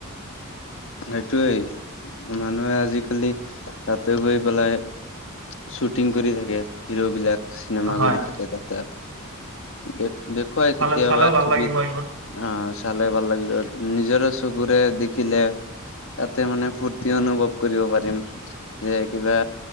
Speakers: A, on the left; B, on the right.
A: সেইটোৱেই মানুহে আজিকালি তাতে গৈ পেলাই শ্বুটিং কৰি থাকে হিৰ' বিলাক চিনেমা
B: হয়।
A: কৰি থাকে তাতে দে দেখুৱাই
B: চালে
A: কেতিয়াবা
B: চালেও ভাল
A: টিভিত
B: লাগিব এইবোৰ
A: অ', চালে ভাল লাগিব, নিজৰে চকুৰে দেখিলে তাতে মানে ফূৰ্তি অনুভৱ কৰিব পাৰিম যে কিবা